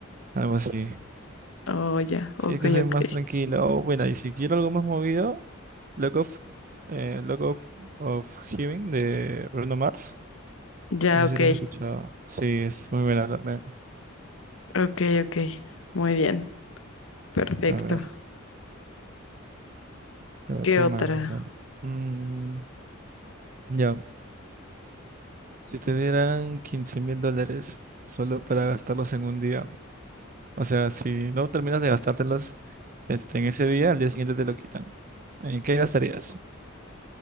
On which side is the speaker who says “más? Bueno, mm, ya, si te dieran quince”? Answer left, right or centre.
Right